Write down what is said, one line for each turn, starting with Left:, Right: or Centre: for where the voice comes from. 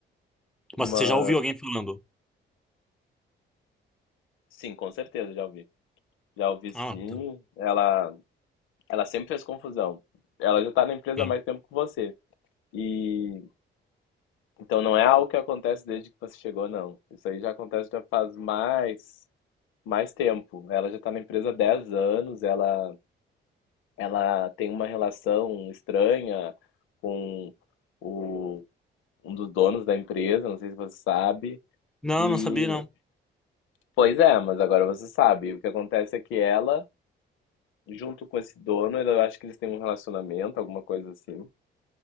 Centre: Mas
Left: mas
Centre: você já ouviu alguém falando?
Left: sim, com certeza já ouvi. Já ouvi sim.
Centre: Ah, tá.
Left: Ela ela sempre fez confusão. Ela já tá na empresa
Centre: Sim.
Left: há mais tempo que você. E então não é algo que acontece desde que você chegou, não. Isso aí já acontece já faz mais mais tempo. Ela já está na empresa há 10 anos, ela ela tem uma relação estranha com o um dos donos da empresa, não sei se você sabe.
Centre: Não,
Left: E
Centre: não sabia, não.
Left: pois é, mas agora você sabe. O que acontece é que ela junto com esse dono, eu acho que eles têm um relacionamento, alguma coisa assim.